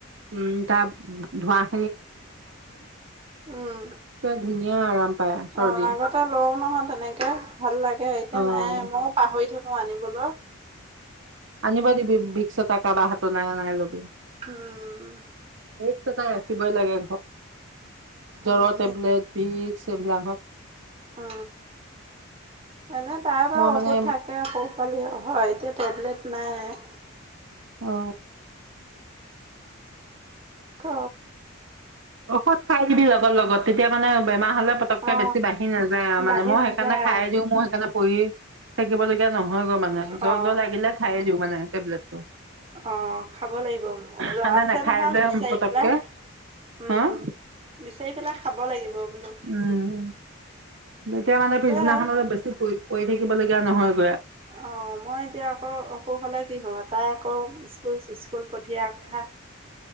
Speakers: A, on the right; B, on the right.
A: উম তাৰ- ধোৱা-
B: উম
A: একে ধুনীয়া আৰাম পায় চৰ্দি।
B: অ আগতে লঁও নহয় তেনেকে ভাল লাগে এতিয়া
A: অ',
B: নাই মই আকৌ পাহৰি থাকো- মই আনিবলো।
A: আনিব দিবি ভিক্স এটা কাবা হাতত নাই অনাই লবি
B: উম
A: ভিক্স - থাকিবই লাগে।
B: উম
A: জ্বৰৰ টেবলেট ভিক্স- <unintelligible>
B: অ। এনেই তাৰ বাৰু
A: মই
B: ঔষধ
A: মানে
B: থাকে <unintelligible> হয় এতিয়া টেবলেট নাই।
A: অ।
B: ক-
A: ঔষধ খাই দিবি লগত লগত। তেতিয়া মানে বেমাৰ হ'লে পতককে
B: অ
A: বেছি বাঢ়ি নাযায় আৰু মানে
B: বাঢ়ি
A: মই
B: নাযায়
A: সেইকাৰণে খাই
B: আৰু
A: দিওঁ মোৰ সেইকাৰণে- <unintelligible> থাকিবলগীয়া নহয় গৈ মানে জ্বৰ
B: অ
A: জ্বৰ লাগিলে খায়ে দিওঁ মানে। টেবলেটটো।
B: অ খাব লাগিব মোৰ
A: ঠাণ্ডা
B: আছে
A: নাখাই
B: নহয়
A: যে
B: বিচাৰি
A: পতককে
B: পেলাই- উম।
A: হা ।
B: বিচাৰি পেলাই খাব লাগিব। বোলো
A: উম তেতিয়া মানে
B: আছে।
A: পিছদিনাখন অলপ বেছি পৰি থাকি। থাকিবলগীয়া নহয়।
B: অ' মই এতিয়া আকৌ অসুখ হলে কি <unintelligible> তাই আকৌ ইস্কুল চিচকুল পঠিয়াৰ কথা।